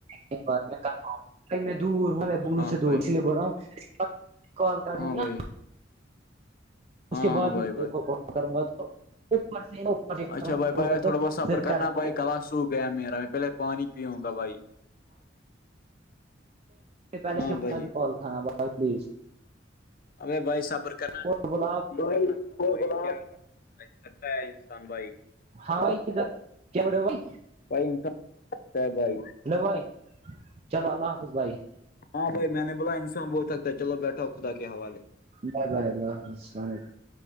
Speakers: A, on the right (about 35°); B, on the left (about 50°).
A: ایک بار میں میں دور ہوں
B: ہاں
A: میں بونوں
B: ہاں
A: سے
B: بھائی
A: دور اس لیے بول رہا ہوں کال کٹ
B: ہاں
A: ہو گیا
B: بھائی ہاں
A: اس کے
B: ہاں
A: بعد
B: بھائی
A: ہی میں
B: بھائی
A: دیکھ کوال کروں گا تو سے اپر
B: اچھا بھائی بھائی بھائی تھوڑا
A: تو
B: بہت صبر
A: فر
B: کرنا
A: کر رہی
B: بھائی گلا سوکھ گیا میرا میں پہلے پانی پیوں گا بھائی
A: پیلس
B: ہاں
A: کے ساتھ
B: بھائی
A: ہی کال اٹھانا بھائی پلیز
B: ارے بھائی صبر کرنا
A: اور بولا آپ
B: دو کیا کرتے ہو بھائیتا ہے انسان بھائی
A: ہاں بھائی کد کیا بر بھائی
B: بھائی انسان تھکتا ہے بھائی
A: بھائی چلو اللہ حافظ بھائی
B: ہاں بھائی میں نے بولا انسان بہتکتا ہے چو بیٹھا خدا حوالے
A: بائے بائےائی اللہ حافظسل علیکم